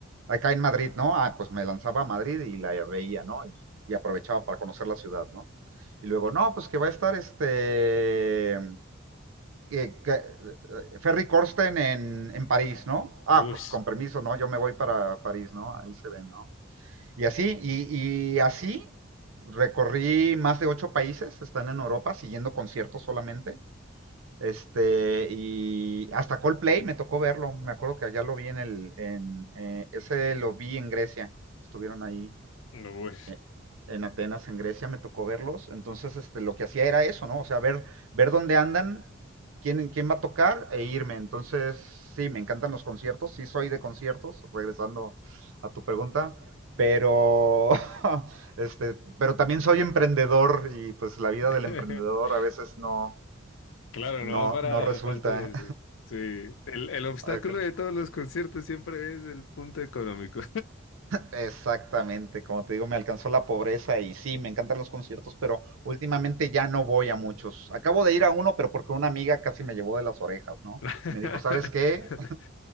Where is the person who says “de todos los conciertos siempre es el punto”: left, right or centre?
Left